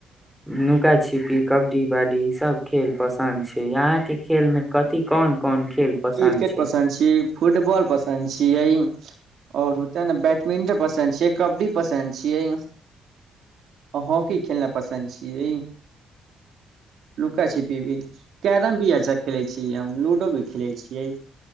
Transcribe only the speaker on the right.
क्रिकेट
पसन्द छीयै फुटबॉल पसन्द छीयै और होताे ने बैडमिंटन पसन्द छीयै कबड्डी पसन्द छीयै हॉकी खेलना पसन्द छीयै लुका छिपी भी कैरम भी अच्छा खेले छीय हम लूडो भी खेलैय छियै